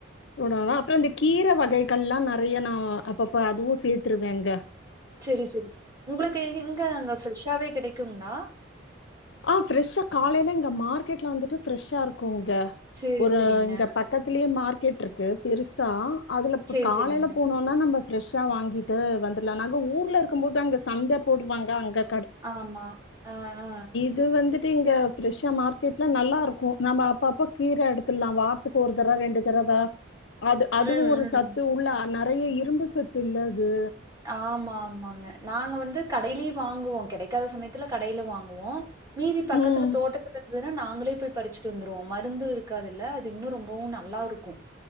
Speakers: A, on the left (about 65°); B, on the right (about 20°).
A: கூடாலா அப்புற இந்த கீர வகை மக்கள்லா நெறைய நா அப்பப்ப அதுவு சேத்தருவேங்க
B: சரி சரி உங்களுக்கு எங்க நாங்க ஃப்ரெஷ்ஷாவே கெடைக்குங்ளா
A: ஆஹ்ஃப்ரெஷ்ஷா காலைல இங்க மார்க்கெட்லா வந்துட்டு ஃரெஷ்ஷா இருக்கு ங்க
B: சரி,
A: ஒரு
B: சரிங்க.
A: இங்க பக்கத்திலயே மார்க்கெட் ருக்கு பெருசா அதுல ப்
B: சரி,
A: காலையில
B: சரிங்க.
A: போனோனா நம்ப ஃப்ரெஷ்ஷா வாங்கிட்டு வந்துட்லா நாங்க ஊர்லருக்கும்போது அங்க சந்த போடுவாங்க அங்க
B: ஆமா ஆ ஆ
A: து வந்துட்டு இங்க ப்ரெஷ்ஷா மார்க்கெட்ல நல்லாருக்கூ நம்ம அப்பப்ப கீர எடுத்துட்லா வார்த்தக்கு ஒரு தர ரெண்டு தரவ அத் அதுவூ
B: ம்,
A: ஒரு சத்து
B: ம்.
A: உள்ள நர் றைய இரும்பு சத்துள்ளது
B: ஆமா ஆமாங்க நாங்க வந்து கடையிலயூ வாங்குவோ கெடைக்காத சமயத்துல கடையில வாங்குவோ மீதி பக்கத்துல
A: ம்.
B: தோட்டத்து இருந்துதுன்னா நாங் ங்களே போய் பறிச்சுட்டு வந்துருவோ மருந்து இருக்காதுல்ல அது இன்னூ ரொம்பவூ நல்லாருக்கூ ம்